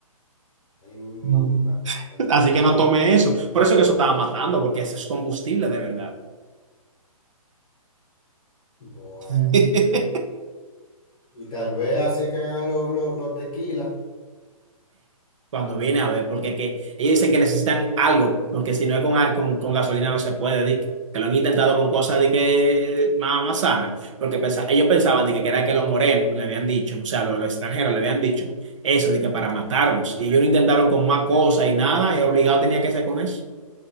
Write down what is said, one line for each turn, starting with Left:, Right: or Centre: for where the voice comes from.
Left: Ay, mi
Right: No,
Left: madre, de
Right: Así
Left: verdad.
Right: que no tome eso. Por eso que eso estaba matando, porque ese es combustible de verdad.
Left: Bueno,
Right: <laughs>
Left: y tal vez así es que hagan los los los tequilas
Right: Cuando viene a ver, porque que, ellos dicen que necesitan algo, porque si no es con, a- con, con gasolina no se puede, di que, que lo han intentado con cosas de que más, más sanas, porque pensa- ellos pensaban de que era que los morenos le habían dicho, o sea, los, los extranjeros le habían dicho eso, de que para matarlos, y ellos lo intentaron con más cosas y nada, y obligado tenía que ser con eso,